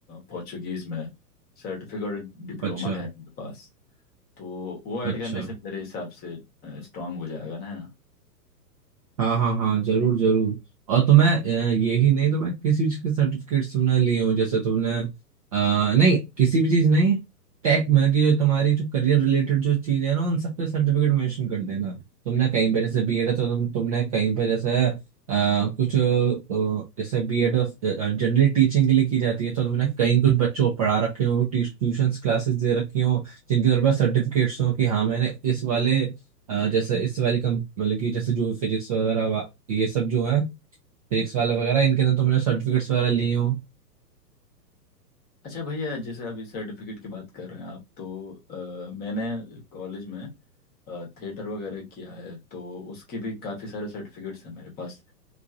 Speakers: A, on the left; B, on the right.
A: पोर्चुगीज में सर्टिफिकेट डिप्लोमा
B: अच्छा
A: है मेरे पास तो वो ऐड
B: अच्छा
A: करने से मेरे हिसाब से स्ट्रांग हो जाएगा ना
B: हाँ हाँ हाँ जरूर जरूर और तुम्हें अ, ये ही नहीं तो मैं किसी चीज के सर्टिफिकेट्स तुमने लिए हो जैसे तुमने आ, नहीं किसी भी चीज नहीं टेक मतलब कि जो तुम्हारी जो करियर रिलेटेड जो चीज है ना उन सबके सर्टिफिकेट मेंशन कर देना तुमने कहीं पे जैसे बीएड है तो तुम तुमने कहीं पे जैसे आ, कुछ अ, जैसे बीएड जनरली टीचिंग के लिए की जाती है तो तुमने कहीं कुछ बच्चों को पढ़ा रखे हो ट्यूशंस क्लासेस दे रखी हो जिनके तुम्हारे पास सर्टिफिकेट्स हो कि हाँ मैंने इस वाले अ, जैसे इस वाली कम मतलब कि जैसे जो फिजिक्स वगैरह वा- ये सब जो है फिजिक्स वाले वगैरह इनके अंदर तुमने सर्टिफिकेट्स वगैरह लिए हो
A: अच्छा भैया जैसे अभी सर्टिफिकेट की बात कर रहे हैं आप तो अ, मैंने कॉलेज में थिएटर वगैरह किया है तो उसके भी काफ़ी सारे सर्टिफिकेट्स हैं मेरे पास